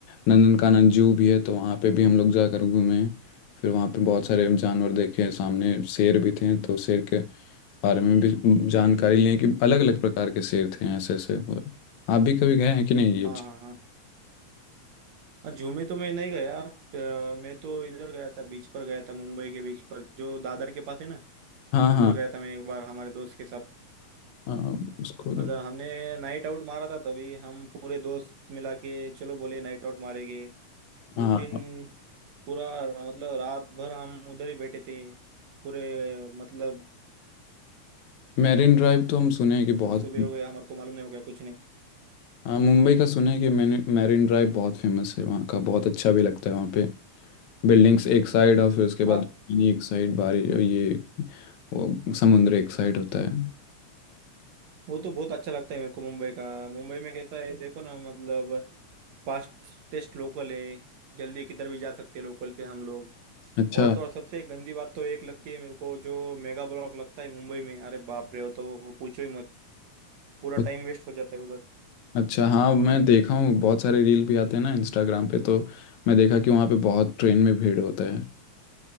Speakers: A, on the left; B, on the right.
A: नंदनकानन जू भी है तो वहाँ पे भी हम लोग जाकर घूमे फिर वहाँ पे बहुत सारे जानवर देखे सामने शेर भी थे तो शेर के बारे में भी जानकारी लें कि अलग अलग प्रकार के शेर थे ऐसे ऐसे और आप भी कभी गए हैं कि नहीं ये
B: हाँ
A: चीज़
B: हाँ हाँ अ, जू में तो मैं नहीं गया अ, मैं तो इधर गया था बीच पर गया था मुंबई के बीच पर जो दादर के पास है ना
A: हाँ
B: उधर
A: हाँ
B: गया था मैं एक बार हमारे दोस्त के साथ
A: हाँ, उसको तो
B: मतलब हमने नाइट आउट मारा था तभी हम पूरे दोस्त मिला के चलो बोले नाइट आउट मारेंगे
A: हाँ
B: उस दिन पूरा मतलब रात भर हम उधर ही बैठे थे पूरे मतलब
A: मैरिन ड्राइव तो हम सुने हैं कि बहुत
B: अब सुबह हो गया हमारे को मालूम नहीं हो गया कुछ नहीं
A: हाँ मुंबई का सुना है कि मैंने मैरिन ड्राइव बहुत फेमस है वहाँ का बहुत अच्छा भी लगता है वहाँ पे बिल्डिंग्स एक साइड और फिर उसके बाद
B: हाँ
A: पानी एक साइड बारी ये वो समुद्र एक साइड होता है
B: वो तो बहुत अच्छा लगता है मेरे को मुंबई का मुंबई में कैसा है देखो ना मतलब फास्टेस्ट लोकल है जल्दी किधर भी जा सकते हैं लोकल से हम लोग
A: अच्छा
B: और तो और सबसे गंदी बात तो एक लगती है मेरे को जो मेगा ब्लॉक लगता है मुंबई में अरे बाप रे वो तो पूछो ही मत पूरा
A: उ-
B: टाइम वेस्ट हो जाता है उधर
A: अच्छा हाँ मैं देखा हूँ बहुत सारे रील भी आते हैं ना इंस्टाग्राम पे तो मैं देखा कि वहाँ पे बहुत ट्रेन में भीड़ होता है